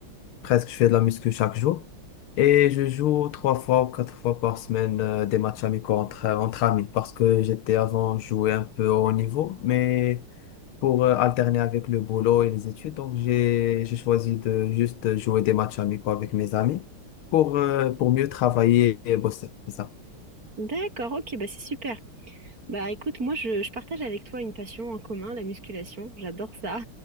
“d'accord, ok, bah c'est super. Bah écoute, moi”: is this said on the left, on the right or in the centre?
Right